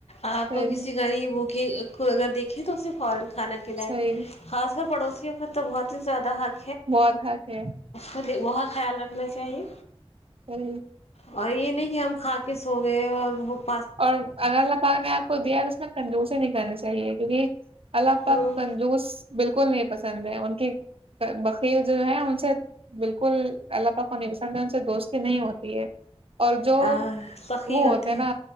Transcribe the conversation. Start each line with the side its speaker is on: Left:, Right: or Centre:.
Left: آپ
Right: صحیح
Left: کسی ریب کہ اگر دھے تو اس فارن کھانا کھلائے
Right: صحیح
Left: خاص کر پڑوسیوں کا تو بہت ہی زیادہ حق
Right: ب حے
Left: بت خیال رکھنا چاہیے
Right: ہی
Left: اور یہ نہیں کہ ہم کھا کے سو گئے اور بت
Right: اور اگر اللہ پاک نے آپ کو دیا اس میں کنے نہیں کرنی چاہیے صحیے کیونکہ الپاک
Left: ہوں،
Right: کنجوس بالکل نہیں پس پ ان کی بقیر جو ہے ان سے بالکل اللہ پاک کو نہیں پسند ہے ان سے دوستی نہیں ہوتی ہے اور جو
Left: ہاں سخی
Right: وہ ہوتے
Left: ہیں
Right: نا